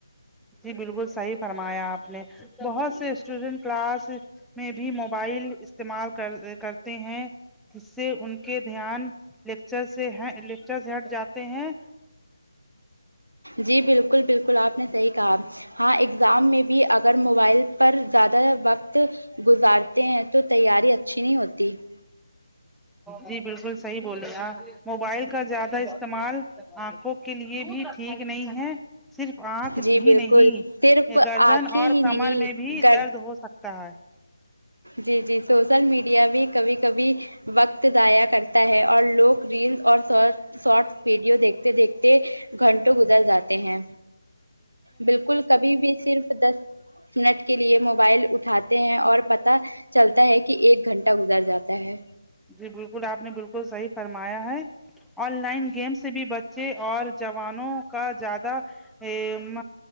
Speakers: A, in the centre; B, on the right (about 85°).
A: جی بالکل صحیح فرمایا آپ نے بہت سے اسٹوڈینٹ کلاس میں بھی موبائل استعمال کر کرتے ہیں جس سے ان کے دھیان لیکچر سے لیکچر سے ہٹ جاتے ہیں
B: جی بالکل بالکل آپ نے صحیح کہا ہاں اگزام میں بھی اگر موبائل پر زیادہ وقت گزارتے ہیں تو تیاری اچھی نہیں ہوتی جی <inaudible>
A: جی بالکل صحیح بولے آپ موبائل کا زیادہ استعمال آنکھوں کے لیے بھی ٹھیک نہیں ہے صرف آنکھ
B: جی بالکل
A: ہی نہیں
B: صرف
A: گردن
B: آنکھیں
A: اور
B: ہی نہیں
A: کمر میں بھی
B: گر
A: درد ہو سک تا ہے
B: جی جی سوشل میڈیا بھی کبھی کبھی وقت ضائع کرتا ہے اور لوگ ریل اور شارٹ شارٹ ویڈیو دیکھتے دیکھتے گھنٹوں گزر جاتے ہیں بالکل کبھی بھی صرف دس منٹ کے لیے موبائل اٹھاتے ہیں اور پتا چلتا ہے کہ ایک گھنٹہ گزر جاتا ہے
A: جی بالکل آپ نے بالکل صحیح فرمایا ہے آن لائن گیم سے بھی بچے اور جوانوں کا زیادہ ا م